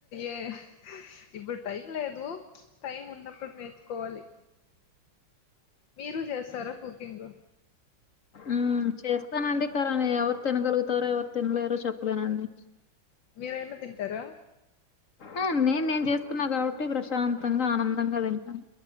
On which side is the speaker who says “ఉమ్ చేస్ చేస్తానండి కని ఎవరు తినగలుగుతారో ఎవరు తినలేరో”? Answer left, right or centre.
Left